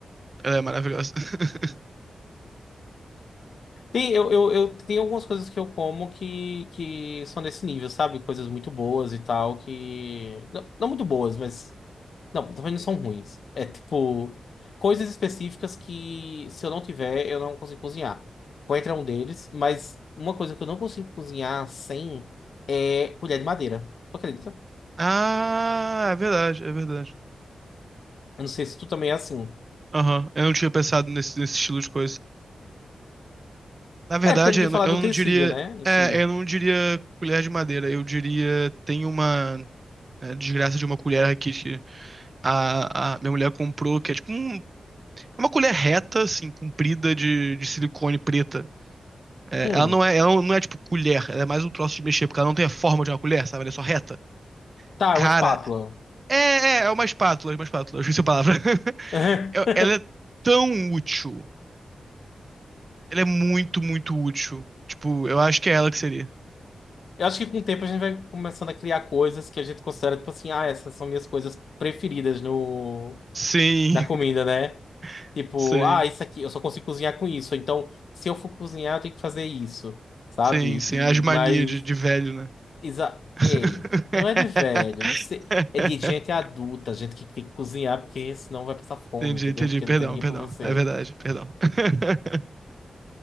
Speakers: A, on the right; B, on the left.
A: ela é maravilhosa. <laughs>
B: Tem, eu, eu, eu tenho algumas coisas que eu como que, que são desse nível, sabe? Coisas muito boas e tal, que. Não, não muito boas, mas. Não, também não são ruins. É tipo, coisas específicas que se eu não tiver, eu não consigo cozinhar. Coentro é um deles, mas uma coisa que eu não consigo cozinhar sem é colher de madeira. Tu acredita?
A: Ah, é verdade, é verdade.
B: Eu não sei se tu também é assim.
A: Aham, eu não tinha pensado nesse, nesse estilo de coisa. Na verdade,
B: É, porque eu não tinha
A: eu não,
B: falado
A: eu
B: do utensílio,
A: não diria,
B: né? Esse.
A: é, eu não diria colher de madeira, eu diria tem uma é, desgraça de uma colher aqui. A, a minha mulher comprou, que é tipo um- é uma colher reta, assim, comprida de, de silicone preta. É,
B: Hum.
A: ela não é, ela não é tipo colher, ela é mais um troço de mexer, porque ela não tem a forma de uma colher, sabe? Ela é só reta.
B: Tá,
A: Cara,
B: é uma espátula.
A: é, é, é uma espátula, é uma espátula, eu esqueci a palavra. <laughs>
B: <laughs>
A: Eu- Ela é tão útil. Ela é muito, muito útil. Tipo, eu acho que é ela que seria.
B: Eu acho que com o tempo a gente vai começando a criar coisas que a gente considera, tipo assim, ah, essas são minhas coisas preferidas no...
A: Sim,
B: na comida, né?
A: <laughs>
B: Tipo,
A: sim,
B: ah, isso aqui, eu só consigo cozinhar com isso. Então, se eu for cozinhar, eu tenho que fazer isso, sabe?
A: sim,
B: E,
A: sim. As manias
B: mas,
A: de, de velho, né?
B: exa
A: <laughs>
B: ei, não é de velho, de ser- é de gente adulta, gente que tem que cozinhar, porque senão vai passar fome,
A: Entendi,
B: entendeu?
A: entendi.
B: Porque
A: Perdão,
B: não tem ninguém
A: perdão.
B: pra você.
A: É verdade, perdão. <laughs>